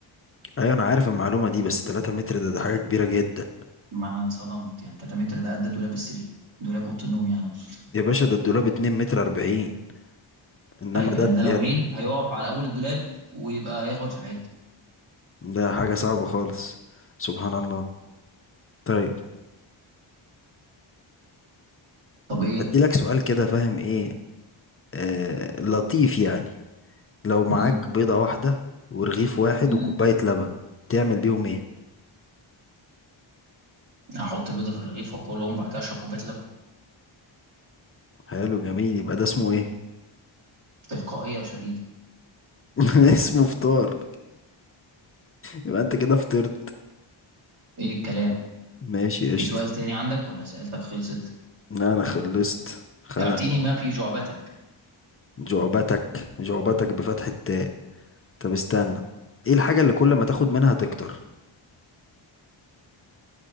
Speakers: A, on the left; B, on the right.
A: ايوه انا عارف المعلومة دي بس 3 متر ده ده حاجة كبيرة جدا
B: ما انا اتصدمت يعني 3 متر ده قد دولاب السرير دولاب اوضه النوم يعني اقصد
A: يا باشا ده الدولاب 2 متر 40 انما
B: طيب
A: ده
B: يعني ده لو
A: يعني
B: جه هيقف على اول الدولاب ويبقى يخبط في الحيط
A: ده حاجة صعبة خالص سبحان الله طيب
B: طب ايه
A: ادي لك سؤال كده فاهم ايه آه لطيف يعني لو معاك
B: مم.
A: بيضة واحدة ورغيف واحد
B: مم.
A: وكوباية لبن تعمل بيهم ايه
B: هحط البيضه في الرغيف واكلهم وبعد كده اشرب كوبايه لبن
A: حلو جميل يبقى ده اسمه ايه
B: تلقائيه شديده
A: <laughs> اسمه فطار يبقى انت كده فطرت
B: ايه الكلام
A: ماشي
B: في
A: قشطة
B: سؤال تاني عندك ولا سألتك خلصت
A: لا انا خلصت خلاص
B: اعطيني ما في جعبتك
A: جعبتك جعبتك بفتح التاء طب استنى ايه الحاجة اللي كل ما تاخد منها تكتر